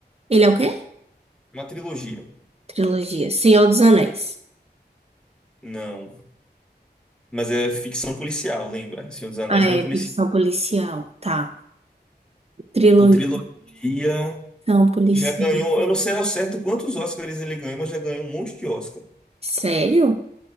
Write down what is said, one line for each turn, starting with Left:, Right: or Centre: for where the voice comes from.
Right: Ele é o quê?
Centre: Uma trilogia.
Right: Trilogia. Senhor dos Anéis.
Centre: Não. Mas é ficção policial, lembra? Senhor dos Anéis
Right: Ah,
Centre: não
Right: é
Centre: é policial.
Right: ficção policial. Tá. Trilogia,
Centre: O trilogia
Right: são policial.
Centre: já ganhou. Eu não sei ao certo quantos Oscars ele ganhou, mas já ganhou um monte de Oscar.
Right: Sério?